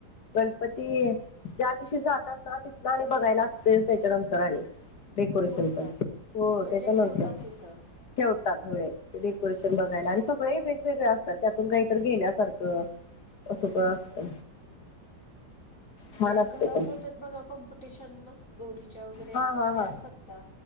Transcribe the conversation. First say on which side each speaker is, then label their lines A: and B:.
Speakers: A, on the left; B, on the left.
A: गणपती ज्या दिवशी जातात ना तिथ आणि बघायला असते त्याच्यानंतर आणि. डेकोरेशन
B: होय
A: पण
B: का
A: हो
B: म्हणजे
A: ते का नत.
B: ठेवतात तिथं
A: ठेवतात व डेकोरेशन बघायला आणि सगळे वेगवेगळे असतात त्यातून काहीत घेण्यासारखं हा तसा
B: अरे
A: पण
B: बापरे
A: असतं छान
B: ते
A: असतं
B: घरात
A: पण
B: होते बघा कॉम्पिटिशन मग गौरीच्या वगैरे
A: हा हा
B: ते
A: हा
B: असतात का